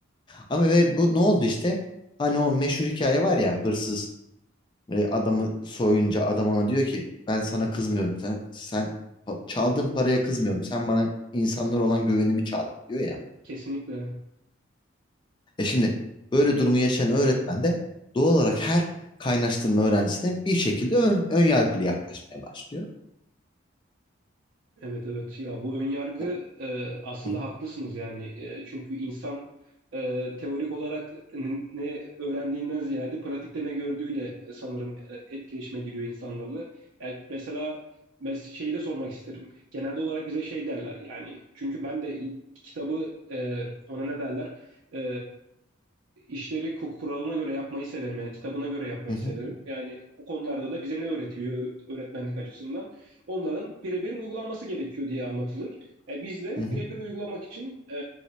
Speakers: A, on the left (about 25°); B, on the right (about 75°).
A: ama ve bu ne oldu işte? Hani o meşhur hikaye var ya hırsız e, adamı soyunca adam ona diyor ki ben sana kızmıyorum. Sen sen pa- çaldığın paraya kızmıyorum. Sen bana insanlar olan güvenimi çaldın diyor ya.
B: Kesinlikle.
A: E şimdi böyle durumu yaşayan öğretmen de doğal olarak her kaynaştırma öğrencisine bir şekilde ön, ön yargılı yaklaşmaya başlıyor.
B: Evet evet ya bu önyargı
A: O,
B: e, aslında
A: hı hı
B: haklısınız yani E, çünkü insan e, teorik olarak n- ne öğrendiğinden ziyade pratikte ne gördüğüyle e, sanırım e, etkileşime giriyor insanlarla. Yani mesela mes şeyi de sormak isterim. Genelde olarak bize şey derler yani çünkü ben de i- kitabı e, ona ne derler? E, işleri kuralına göre yapmayı severim. Yani kitabına göre yapmayı
A: hı hı
B: severim. Yani bu konularda da bize ne öğretiliyor öğretmenlik açısından? Onların birebir uygulanması gerekiyor diye anlatılır. E, biz de
A: hı hı.
B: birebir uygulamak için e,